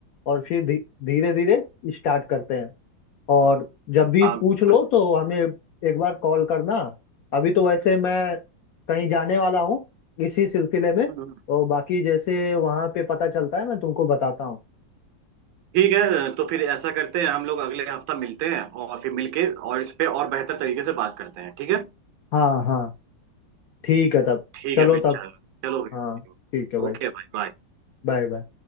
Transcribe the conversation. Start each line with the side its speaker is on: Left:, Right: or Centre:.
Left: और फिर धी, धीरे धीरे स्टार्ट करते हैं और जब भी
Right: हाँ बिल्कुल
Left: पूछ लो तो हमें एक बार कॉल करना अभी तो वैसे मैं कहीं जाने वाला हूँ इसी सिलसिले में तो
Right: हम्म,
Left: बाकी जैसे वहाँ पे पता चलता है मैं तुमको बताता हूँ
Right: ठीक है तो फिर ऐसा करते हैं हम लोग अगले हफ्ता मिलते हैं और फिर मिलके और इस पे और बेहतर तरीके से बात करते हैं ठीक है
Left: हाँ हाँ ठीक है तब
Right: ठीक
Left: चलो
Right: है फिर
Left: तब
Right: चलो चलो भाई
Left: हाँ ठीक है भाई
Right: ओके भाई बाय
Left: Bye bye